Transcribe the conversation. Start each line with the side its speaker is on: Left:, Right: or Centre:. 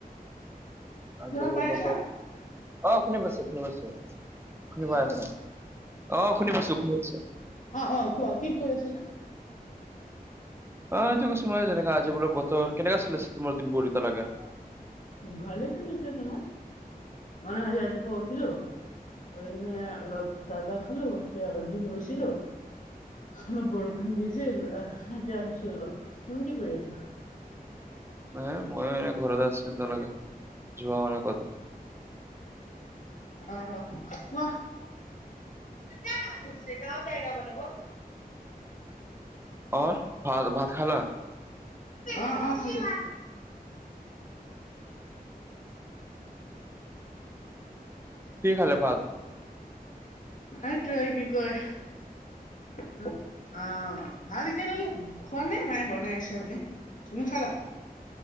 Right: আজিকালি
Left: শুনা পাই
Right: বতৰ
Left: আছা
Right: অ শুনি পাইছোঁ, শুনি পাইছোঁ। শুনি
Left: হেল্ল'
Right: পাই
Left: শুনা
Right: আছা? অঁ, শুনি পাইছো, শুনি পাইছোঁ।
Left: অঁ, অঁ কোৱা, কি কৈ আছিলে?
Right: অঁ এইটো কৈছো মই যেনেকা আজি বোলো বতৰ কেনেকা চলি আছে তোমাৰ দিনবোৰ এতিয়ালৈকে।
Left: ভালেই চলি আছে, তোমাৰ? মানে আজি ৰাতিপুৱা উঠিলো উঠিকেনে অলপ চাহ- তাহ খালো। এতিয়া জিম গৈছিলো অলপ বৰষুণ দি আছিল আহ্ এতিয়া আহিছোঁ অলপ তুমি কি কৰি আছা?
Right: হে ময়ো এনে ঘৰতে আছো তৰ আগে, যোৱা হোৱা নাই কতো।
Left: অঁ কোৱা? <unintelligible>
Right: অৰ ভাল ভাত খালা?
Left: অঁ অঁ খালোঁ।
Right: কি খালে ভাত?
Left: এইটোৱে আ কি কয়। উম, অঁ ভাল এতিয়া খোৱা নাই মায়ে বনাই আছে মানে। তুমি খালা?